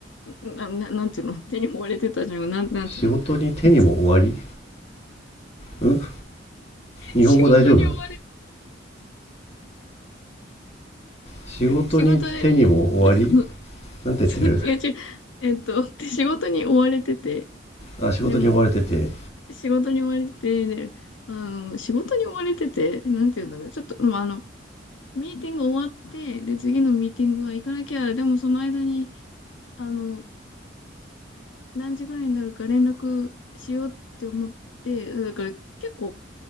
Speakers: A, on the left; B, on the left.
A: な、な、なんていうの手に追われてたじゃん。なん、なんていうのこいつ
B: 仕事に手にも終わりうん日本語大丈夫
A: 仕事に追われ、
B: 仕事に手にも終わり
A: 仕事で、<laughs> 結構、違
B: なんて言ってる
A: う違う、えっと、で仕事に追われてて、
B: あ、仕事に追われてて、
A: でも、仕事に追われてて、で、あの、仕事に追われてて、なんて言うんだろう。ちょっと、まあ、あの、ミーティング終わって、で、次のミーティングは行かなきゃ、でもその間に、あの、何時ぐらいになるか連絡しようって思って、だから結構、